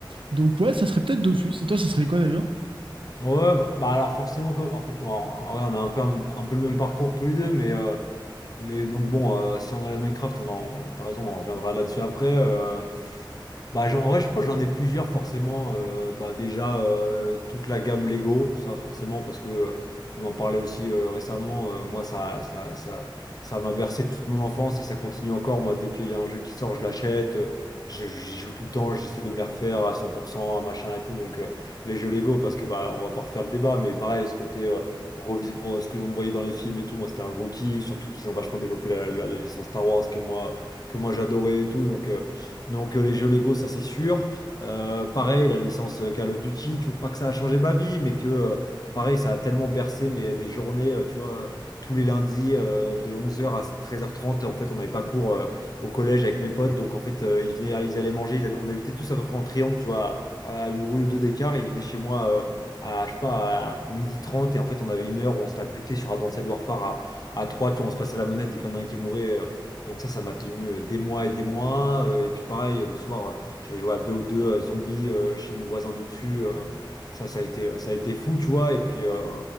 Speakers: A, on the right (about 85°); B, on the left (about 50°).
A: Donc ouais, ça serait peut-être Dofus. Et toi, ça serait quoi d'ailleurs?
B: Ouais, bah, bah alors forcément, comme- en fait, on, en vrai, on a un peu, un, un peu le même parcours tous les deux, mais euh, Mais donc bon, euh, si on a les Minecraft, on en, t'as raison, on reviendra là-dessus après. euh, bah, j'en- en vrai, je pense que j'en ai plusieurs forcément. euh, bah, déjà, euh, toute la gamme Lego, ça forcément, parce que euh, on en parlait aussi euh, récemment. euh, moi, ça, ça, ça, ça m'a bercé toute mon enfance et ça continue encore. Moi, dès qu'il y a un jeu qui sort, je l'achète. euh, je- j'y joue tout le temps, j'essaie de me les refaire à 100%, à machin et tout. Donc, euh, les jeux Lego, parce que bah, on va pas refaire le débat, mais pareil, ce côté. euh, revivre bon, ce que on voyait dans les films et tout. Moi, c'était un gros kiff, surtout qu'ils ont vachement développé la, la- la licence Star Wars que moi, que moi j'adorais et tout. Donc, euh, donc euh, les jeux Lego, ça c'est sûr. Euh, pareil, la licence euh, Call of Duty, tu vois, pas que ça a changé ma vie, mais que euh, pareil, ça a tellement bercé mes, des journées, euh, tu vois, euh, tous les lundis euh, de 11h à 13h30. En fait, on n'avait pas cours euh, au collège avec mes potes, donc en fait, euh, ils venaient, ils allaient manger. ils avaient- on habitait tous à peu près en triangle, tu vois, à, à une rue ou deux d'écart, et ils venaient chez moi. euh, à, je sais pas, à midi 30 et en fait on avait une heure où on se la butait sur Advanced Warfare à, à 3, tu vois, on se passait la manette dès qu'il y en a un qui mourait. euh, donc ça, ça m'a tenu euh, des mois et des mois. euh, et puis pareil, euh, le soir, euh, j'allais jouer à BO2 euh, zombie euh, chez mon voisin du dessus. euh, ça, ça a été, ça a été fou, tu vois. Et puis euh,